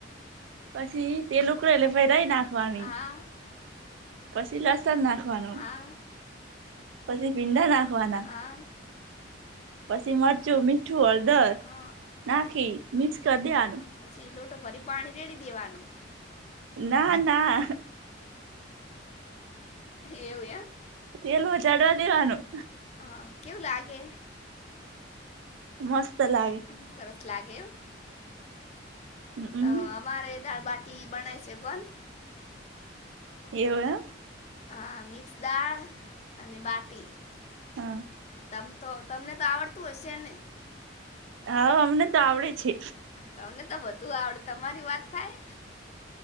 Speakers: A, on the right; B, on the left.
A: પસી તેલ ઉકડે એટલે પછી રઈ નાખવાની,
B: આ
A: પસી લસણ નાખવા વાનું,
B: આ
A: પછી ભીંડા નાખવાના.
B: આ
A: પછી મરચું, મીઠું, હળદર
B: અ
A: નાખી મિક્સ કર દેવાનું.
B: અ, પછી લોટો ભરી પાણી રેડી દેવાનું.
A: ના ના.
B: એવું એમ?
A: તેલમાં ચડવા દેવાનું.
B: અ કેવું લાગે?
A: મસ્ત લાગે.
B: અ, સરસ લાગે એમ.
A: હમ
B: તો અમારે દાળ બાટી બનાય છે પણ
A: એવું એમ?
B: હા મિક્સ દાળ અને બાટી.
A: હા.
B: તમ તો તમને તો આવડતું હશે ને?
A: હાવ અમને તો આવડે છે.
B: તમને તો બધુ આવડે તમારી વાત થાય.